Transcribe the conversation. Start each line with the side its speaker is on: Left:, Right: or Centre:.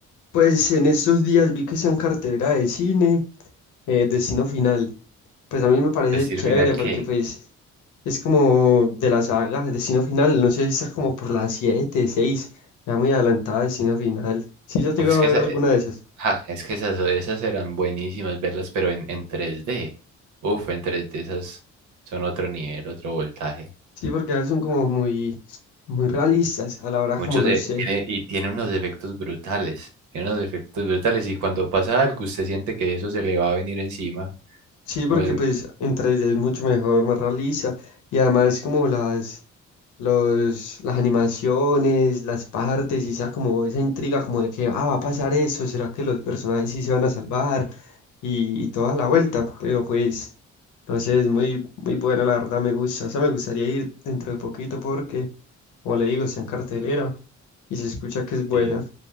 Left: Pues en estos días vi que está en cartelera de cine, eh, Destino Final. Pues a mí me parece
Right: Destino
Left: chévere
Right: Final, ¿qué?
Left: porque pues es como de la saga, Destino Final, no sé, está como por las 7, 6, ya muy adelantada Destino Final. ¿Sí has llegado
Right: Uf, es que,
Left: a
Right: esa-
Left: ver alguna
Right: eh,
Left: de esas?
Right: ja, es que esas, esas eran buenísimas verlas, pero en, en tres d Uf, en tres d esas son otro nivel, otro voltaje.
Left: Sí, porque a veces son como muy, muy realistas a la hora,
Right: Muchos
Left: como no
Right: de,
Left: sé.
Right: tiene- y tiene unos efectos brutales. Tiene unos efectos brutales y cuando pasa algo usted siente que eso se le va a venir encima.
Left: Sí,
Right: Como
Left: porque
Right: el-
Left: pues en 3D es mucho mejor, más realista. Y además como las, los, las animaciones, las partes, y esa como esa intriga como de que, ah, va a pasar eso, ¿será que los personajes sí se van a salvar? Y, y toda la vuelta. Pero pues, no sé, es muy, muy buena, la verdad me gusta. O sea, me gustaría ir dentro de poquito porque, como le digo, está en cartelera y se escucha que es buena.
Right: eh,